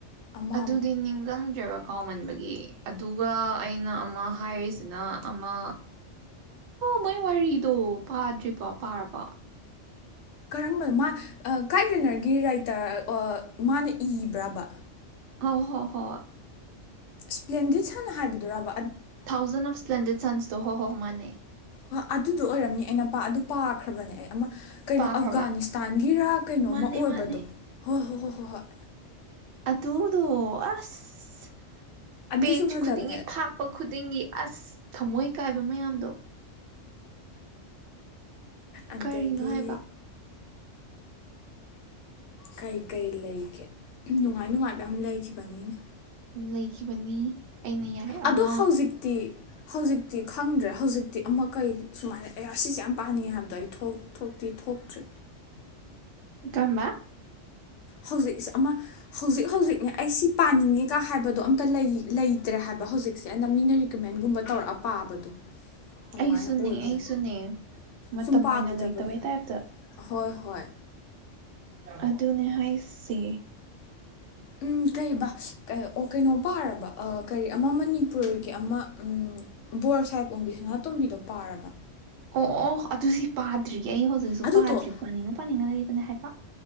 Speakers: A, on the left; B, on the right.
A: ꯑꯃ
B: ꯑꯗꯨꯗꯤ ꯅꯤꯡꯖꯪꯗ꯭ꯔꯦꯕ ꯀꯥꯎꯃꯟꯕꯒꯤ ꯑꯗꯨꯒ ꯑꯩꯅ ꯑꯃ ꯍꯥꯏꯔꯤꯁ ꯑꯗꯨꯅ ꯑꯃꯣ ꯃꯣꯏ ꯋꯥꯔꯤꯗꯣ ꯄꯥꯗ꯭ꯔꯤꯕ ꯄꯥꯔꯕ
A: ꯀꯔꯝꯕ ꯃꯥ ꯀꯥꯏꯕꯔꯤꯅꯔꯒꯤ ꯔꯥꯏꯇꯔ ꯃꯥꯅ ꯏꯕ꯭ꯔꯕ
B: ꯍꫭ ꯍꯣ ꯍꯣꯏ
A: ꯏꯁꯄ꯭ꯂꯦꯟꯗꯤ ꯁꯥꯟꯅ ꯍꯥꯏꯕꯤꯗꯨꯔꯕ
B: ꯊꯥꯎꯖꯟ ꯑꯣꯐ ꯁꯄ꯭ꯂꯦꯟꯗꯦꯠ ꯁꯟꯁꯇꯣ ꯍꯣ ꯍꯣ ꯍꯣ ꯃꯥꯅꯦ
A: ꯍꯣꯏ ꯑꯗꯨꯗꯣ ꯑꯣꯏꯔꯝꯅꯤ ꯑꯩꯅ ꯑꯗꯨ ꯄꯥꯈ꯭ꯔꯕꯅꯦ ꯑꯦ ꯑꯃ ꯀꯩꯅꯣ
B: ꯄꯥꯈ꯭ꯔꯕ
A: ꯑꯐꯒꯥꯅꯤꯁꯇꯥꯟꯒꯤꯔꯥ ꯀꯩꯅꯣꯃ
B: ꯃꯥꯅꯦ
A: ꯑꯣꯏꯕꯗꯣ
B: ꯃꯥꯅꯦ
A: ꯍꯣꯏ ꯍꯣꯏ ꯍꯣꯏ ꯍꯣꯏ ꯍꯣꯏ
B: ꯑꯗꯨꯗꯣ ꯑꯁ
A: ꯑꯗꯨꯁꯨ
B: ꯄꯦꯖ
A: ꯐꯖꯕꯅꯦ
B: ꯈꯨꯗꯤꯡꯒꯤ ꯐꯥꯛꯄ ꯈꯨꯗꯤꯡꯒꯤ ꯑꯁ ꯊꯝꯃꯣꯏ ꯀꯥꯏꯕ ꯃꯌꯥꯝꯗꯣ
A: ꯑꯗꯒꯤ
B: ꯀꯔꯤꯅꯣ ꯍꯥꯏꯕ
A: ꯀꯩ ꯀꯩ ꯂꯩꯒꯦ ꯅꯨꯡꯉꯥꯏ ꯅꯨꯡꯉꯥꯏꯕ ꯑꯃ ꯂꯩꯈꯤꯕꯅꯤꯅꯦ
B: ꯂꯩꯈꯤꯕꯅꯤ ꯑꯩꯅ ꯌꯥꯏ
A: ꯑꯗꯣ
B: ꯑꯃ
A: ꯍꯧꯖꯤꯛꯇꯤ ꯍꯧꯖꯤꯛꯇꯤ ꯈꯪꯗ꯭ꯔꯦ ꯍꯧꯖꯤꯛꯇꯤ ꯑꯃ ꯀꯩ ꯁꯨꯃꯥꯏꯅ ꯑꯦ ꯑꯥ ꯁꯤꯁꯦ ꯌꯥꯝ ꯄꯥꯅꯤ ꯍꯥꯗꯋꯥꯏ ꯊꯣꯛ ꯊꯨꯞ ꯇꯤ ꯊꯣꯛꯇ꯭ꯔꯦ
B: ꯏ ꯀꯝꯕ <unintelligible>
A: ꯍꯧꯖꯤꯛꯁꯦ ꯑꯃ ꯍꯧꯖꯤꯛ ꯍꯧꯖꯤꯛꯅꯦ ꯑꯩ ꯁꯤ ꯄꯥꯅꯤꯡꯉꯦꯒ ꯍꯥꯏꯕꯗꯣ ꯑꯝꯇ ꯂꯩꯇ꯭ꯔꯦ ꯍꯥꯏꯕ ꯍꯧꯖꯤꯛꯁꯦ ꯑꯩꯅ ꯃꯤꯅ ꯔꯤꯀꯃꯦꯟꯒꯨꯝꯕ ꯇꯧꯔꯛꯑ ꯄꯥꯕꯗꯣ ꯑꯗꯨꯃꯥꯏꯅ
B: ꯑꯩꯁꯨꯅꯦ
A: ꯑꯣꯏꯗꯣꯏꯅꯦ
B: ꯑꯩꯁꯨꯅꯦ ꯃꯇꯝ
A: ꯁꯨꯝ ꯄꯥꯈꯤꯗꯕꯒꯤ
B: ꯑꯣꯏꯅ ꯂꯩꯇꯕꯩ ꯇꯥꯏꯦꯞꯇ
A: ꯍꯣꯏ ꯍꯣꯏ
B: ꯑꯗꯨꯅꯦ ꯍꯥꯏꯁꯦ
A: ꯎꯝ ꯀꯩꯕ ꯑꯣ ꯀꯩꯅꯣ ꯄꯥꯔꯕ ꯀꯔꯤ ꯑꯃ ꯃꯅꯤꯄꯨꯔꯒꯤ ꯑꯃ ꯎꯝ ꯕꯣꯔ ꯁꯥꯍꯦꯕ ꯑꯣꯡꯕꯤꯁꯅꯥꯇꯣꯝꯕꯤꯗꯣ ꯄꯥꯔꯕ
B: ꯑꯣ ꯑꯣ ꯑꯗꯨ ꯁꯤ ꯄꯥꯗ꯭ꯔꯤ ꯑꯩ ꯍꯧꯖꯤꯛꯁꯨ
A: ꯑꯗꯨꯗꯣ
B: ꯄꯥꯗ꯭ꯔꯤ ꯄꯥꯅꯤꯡꯉ ꯄꯥꯅꯤꯡꯉ ꯂꯩꯕꯅꯦ ꯍꯥꯏꯕ